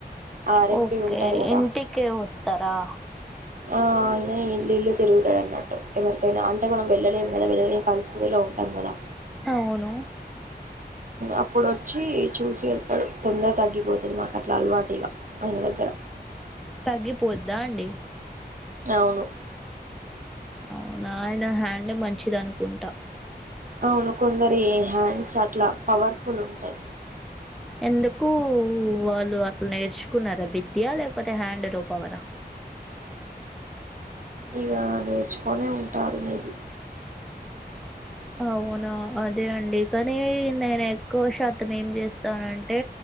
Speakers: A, on the right; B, in the centre.
A: ఆర్ఎంపి
B: ఓకే
A: ఉంటారు కదా
B: ఇంటికే వస్తారా
A: ఆ అయిన ఇల్ ఇల్ తెరుగు టు ఎవరికీ అయిన అంటేం <inaudible> పరిస్థితిలో ఉంటుంది కదా
B: అవును
A: అప్పుడొచ్చి చూసి వెళ్తాడు తొందరగా తగ్గిపోతుంది మాకు అట్లా అలవాటుగా ఆయన దగ్గర
B: తగ్గిపోద్దా అండి
A: అవును
B: అవునా ఆయన హ్యాడ్ మంచిది అనుకుంటా
A: అవును కొందరి హ్యాండ్స్ అట్లా పవర్ఫుల్ ఉంటాయి
B: ఎందుకు వాళ్ళు అట్లా నేర్చుకున్నారా విద్య లేకపోతే హ్యాండ్ లో పవరా
A: ఇక నేర్చుకొనే ఉంటారు మేబి
B: అవును ఆ అదే అండి కానీ నేను ఎక్కువ శాతం ఏం చేస్తానంటే